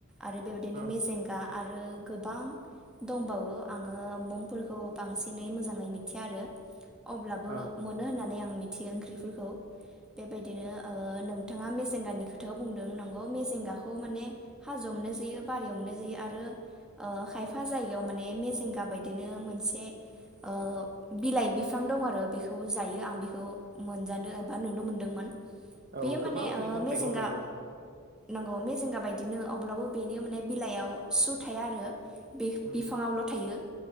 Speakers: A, in the centre; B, on the right.
A: आरो बेबायदिनो
B: औ
A: मेजेंगा। आरो गो- बां दंबावो आङो मुंफोरखौ बांसिनै मोजाङै मिथिया आरो। अब्लाबो
B: औ
A: मोनो होननानै आं मि- थियो ओंख्रिफोरखौ बेबायदिनो अ नोंथाङा मेजेंगानि खोथायाव बुंदों नंगौ मेजेंगाखौ माने हाजोआव मोननाय जायो बारियाव मोननाय जायो आरो। अ खायफा जायगायाव माने मेजेंगा बायदिनो मोनसे अ बिलाइ बिफां दं आरो बेखौ जायो आं बेखौ मोनजादों एबा नुनो मोनदोंमोन।
B: औ
A: बेयो
B: गोबां
A: माने अ
B: मैगं
A: मेजेंगा
B: थाइगं दं औ
A: नांगौ मेजेंगा बाय- दिनो अब्लाबो बेनि माने बिलाइयाव सु थाया आरो। बि-बिफाङावल'
B: उम
A: थायो